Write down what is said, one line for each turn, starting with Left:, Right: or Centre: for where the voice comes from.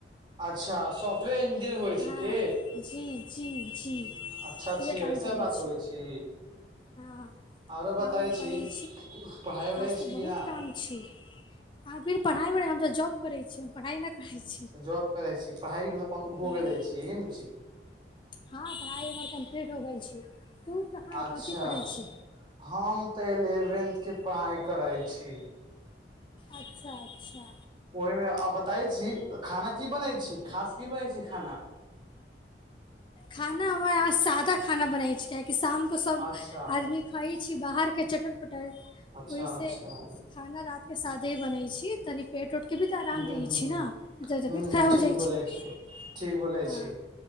Right: अच्छा सब े इंजिनीयर होइ
Left: हँ
Right: छै कि
Left: जी जी जी
Right: अच्छा-अच्छा
Left: उहे काम
Right: ऐसा
Left: करै
Right: बात होइ छी
Left: हँ
Right: आरो
Left: काम
Right: बताइ
Left: उम करै
Right: छी पढ़ाइ उढ़ै
Left: आज तऽ
Right: छी
Left: बहुत
Right: कि नऽ
Left: काम छी आ फेर पढ़ाइ-वढ़ाइ हम तऽ जॉब करै छी पढ़ाइ नऽ करै छी
Right: जॉब करै छी पढ़ाइ म कम हो
Left: हँ
Right: गेले छी यही ने छै
Left: हँ पढ़ाइ हमर कम्प्लीट हो गेल छी तू कहाँ
Right: अच्छा
Left: कथी पढ़ै छी
Right: हम तऽ एलेवेन्थके पढ़ाई करैत छी
Left: अच्छा अच्छा
Right: ओहिमे आ बताै छी खाना की बनै छी खास की बनै छी खाना
Left: खाना हमरा सादा खाना बनै छै कियाकि शामके सब
Right: अच्छा
Left: आदमी खाइ छी बाहरके चटर- पटल
Right: अच्छा
Left: ओहिसँ
Right: अच्छा
Left: खाना रात के सादे बनै छी तनि पेट- उटके भी तऽ आराम
Right: हूँ
Left: दै
Right: हूँ
Left: छी नऽ तबियत
Right: हूँ
Left: खराब
Right: ठीक
Left: हो जाइ
Right: बोलै
Left: छै
Right: छी ठीक बोलै
Left: हँ
Right: छी